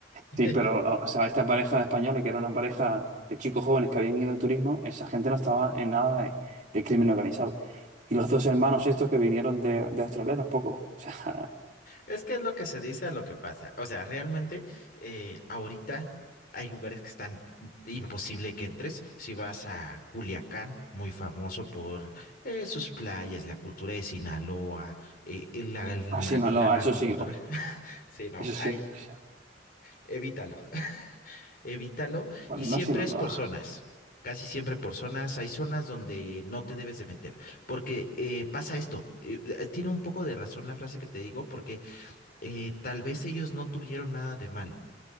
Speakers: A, on the left; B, on the right.
A: <laughs>
B: Sí, pero, ah, o sea, esta pareja de españoles, que era una pareja de chicos jóvenes que habían ido de turismo, esa gente no estaba en nada de, de crimen organizado. Y los dos hermanos estos que vinieron de, de Australia tampoco. O sea,
A: Es que es lo que se dice a lo que pasa. O sea, realmente eh, ahorita hay lugares que están imposible que entres. Si vas a Culiacán, muy famoso por eh, sus playas, la cultura de Sinaloa, eh, y la,
B: <laughs>
A: el
B: a Sinaloa,
A: na- la narcocultura.
B: eso sí, hor-
A: <laughs> Sí, no,
B: eso sí.
A: hay,
B: o sea,
A: evítalo, <laughs> evítalo.
B: Vale,
A: Y siempre
B: no Sinaloa.
A: es por zonas. Casi siempre por zonas, hay zonas donde no te debes de meter, porque eh, pasa esto, eh, eh, tiene un poco de razón la frase que te digo, porque eh, tal vez ellos no tuvieron nada de malo,